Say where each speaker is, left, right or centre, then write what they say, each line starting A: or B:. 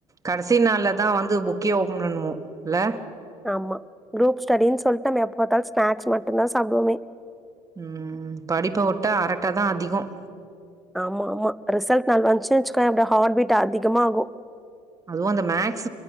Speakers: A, on the right (about 20°); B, in the centre.
A: கடைசி நாள்ல தான் வந்து புக்கே ஓபன் பண்ணுவோம் இல்ல
B: ஆமா குரூப் ஸ்டடின்னு சொல்லிட்டு நம் எ பார்த்தால ஸ்நாக்ஸ் மட்டும்தான் சாப்படுமே
A: உம் படிப்ப வுட்ட அரட்டாதான் அதிகம்
B: ஆமா ஆமா ரிசல்ட் நாள் வந்துச்சு னா வச்சுக்கோயேன் ஹாட்பீட் அதிகமாகும்
A: அதுவும் அந்த மேக்ஸ்